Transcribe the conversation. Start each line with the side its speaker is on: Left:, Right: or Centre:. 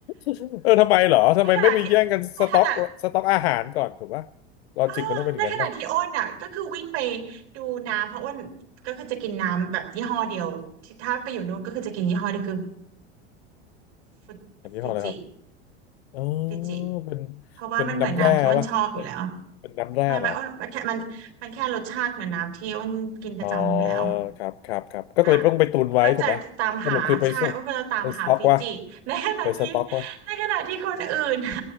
Left: <laughs> เออทำไมเหรอทำไมไม่ไปแย่งกันสต็อกสต็อกอาหารก่อนถูกปะ
Right: ในขณะที่ในขณะ
Left: ลอจิกมันต้องเป็นอย่างนั้นป่ะ
Right: เออในขณะที่อ้นอ่ะก็คือวิ่งไปดูน้ำเพราะอ้นก็คือจะกินน้ำแบบยี่ห้อเดียวที่ถ้าไปอยู่นู้นก็คือจะกินยี่ห้อเดียวคือฟิฟิจิ
Left: อันนี้ห้ออะไรครับอ๋อ
Right: ฟิจิ
Left: เป็น
Right: เพราะว่ามันเหมือนน้ำที่อ้นชอบอยู่แล้ว
Left: เป็นน้ำแร่ป่ะเป็นเป็นน้ำแร่เหรอ
Right: ไม่ไม่อ้นมันแค่มันมันแค่รสชาติเหมือนน้ำที่อ้นกินประจำอยู่แล้ว
Left: อ๋อครับครับครับก็เลยต้องไปตุนไว้ถูกปะสรุปคือไปส
Right: อ่ะก็จะตามหาใช่อ้นก็จะตามหาฟิจิในขณะที่
Left: ไปสต็อกวะไปสต็อกวะ
Right: ในขณะที่คนอื่นอ่ะ